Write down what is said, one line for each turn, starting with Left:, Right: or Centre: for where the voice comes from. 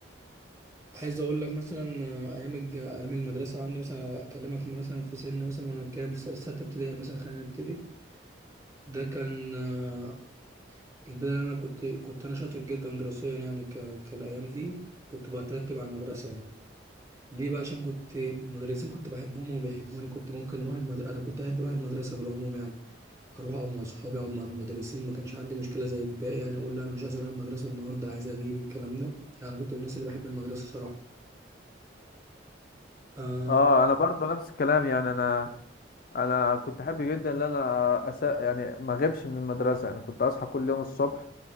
Right: عايز أقول لك مثلا آه، أيام الج... أيام المدرسة عندي مثلا أكلمك من مثلا في سن مثلا وأنا كام في س- ستة ابتدائي مثلا خلينا نبتدي ده كان آه، البداية اللي أنا كنت كنت أنا شاطر جدا دراسيا يعني ك... كالأيام دي كنت بترتب على المدرسة يعني ليه بقى عشان كنت المدرسين كنت بحبهم وبيحبوني كنت ممكن اروح المد... انا كنت بحب اروح المدرسه بالعموم يعني اروح اقعد مع صحابي اقعد مع المدرسين ما كانش عندي مشكله زي الباقي يعني اقول لا انا مش عايز اروح المدرسه النهارده عايز اغيب الكلام ده لا انا كنت من الناس اللي بحب المدرسه صراحه آه...
Left: اه انا برضه نفس الكلام يعني انا انا كنت حابب جدا ان انا أس... يعني ما اغيبش من المدرسه يعني كنت اصحى كل يوم الصبح